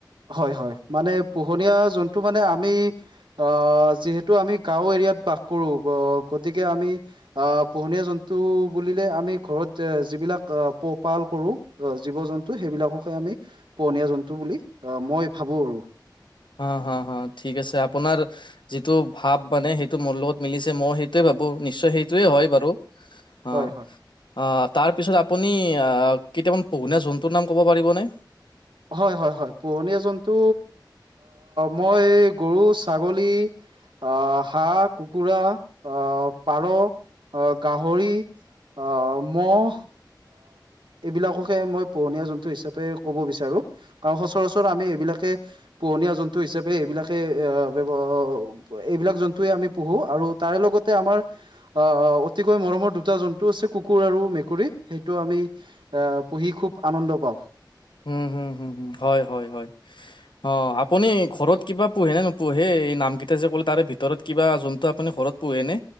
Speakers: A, on the right; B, on the left.
A: হয় হয় মানে পোহনীয়া জন্তু মানে আমি অঁ যিহেতু আমি গাঁও এৰিয়াত বাস কৰো গতিকে আমি আহ পোহনীয়া জন্তু বুলিলে আমি ঘৰত যিবিলাক পোঁহপাল কৰো জীৱ জন্তু সেইবিলাককে আমি, পোহনীয়া জন্তু বুলি ৱ মই ভাবোঁ আৰু।
B: হঁ হঁ হঁ ঠিক আছে আপোনাৰ যিটো ভাৱ মানে সেইটো মোৰ লগত মিলিছে, মই সেইটোয়ে ভাবো নিশ্চয় সেই টোয়ে হয় বাৰু অঁ।
A: হয় হয়
B: অঁ তাৰপিছত আপুনি কেইটামান পোহনীয়া জন্তুৰ নাম ক'ব পাৰিব নে?
A: হয় হয় হয় পোহনীয়া জন্তু মই এই গৰু, ছাগলী, আহ হাঁহ, কুকুৰা, আহ পাৰ, আহ গাহৰি। অঁ মহ এইবিলাককে মই পোহনীয়া জন্তু হিচাপে ক'ব বিচ চাৰো কাৰণ সচৰাচৰ আমি এইবিলাকে, পোহনীয়া জন্তু হিচাপে এইবিলাকে এঁয়া ব্যৱহাৰ, এইবিলাক জন্তুয়ে আমি পোঁহো আৰু তাৰে লগতে আমাৰ, আহ অতিকৈ মৰমৰ দুটা জন্তু আছে আমাৰ কুকুৰ আৰু মেকুৰী সেইটো আমি, আহ পুঁহি খুব আনন্দ পাওঁ।
B: হুম হুম হুয় হয় হয় অঁ
A: হয়
B: আপুনি ঘৰত, কিবা পোঁহেনে নোপোঁহে এই নামকেইটা যে ক'ল তাৰে ভিতৰত কিবা জন্তু আপুনি ঘৰত পোঁহেনে?